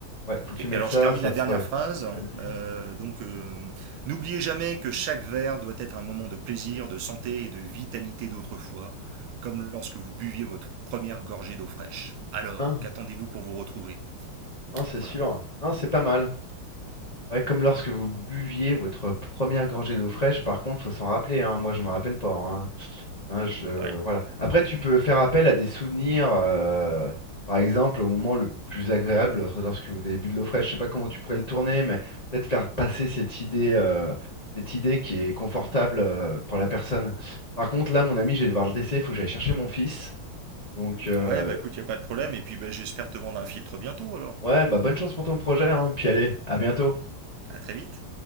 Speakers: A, on the left (about 55°); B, on the right (about 80°).
A: Ouais, faut que
B: Et
A: tu
B: puis
A: mettes
B: alors
A: ça,
B: je termine
A: ça
B: la
A: pourrait.
B: dernière phrase.
A: Vas-y.
B: Euh, donc euh, n'oubliez jamais que chaque verre doit être un moment de plaisir, de santé et de vitalité d'autrefois, comme lorsque vous buviez votre première gorgée d'eau fraîche. Alors,
A: Un,
B: qu'attendez-vous pour vous retrouver
A: un, c'est
B: Voilà.
A: sûr. Un, c'est pas mal. Ouais, comme lorsque vous buviez votre première gorgée d'eau fraîche, par contre, faut s'en rappeler, hein. Moi, je me rappelle pas, hein. Hein, je...
B: Ouais.
A: Voilà. Après, tu peux faire appel à des souvenirs, euh, par exemple, au moment le plus agréable, lorsque lorsque vous avez bu de l'eau fraîche. Je sais pas comment tu pourrais le tourner, mais peut-être faire passer cette idée, euh, cette idée qui est confortable, euh, pour la personne. Par contre, là, mon ami, je vais devoir le laisser, il faut que j'aille chercher mon fils. Donc, euh,
B: Ouais, bah écoute, il y a pas de problème. Et puis bah, j'espère te vendre un filtre bientôt alors.
A: Ouais, bah bonne chance pour ton projet, hein. Puis allez, à bientôt.
B: À très vite.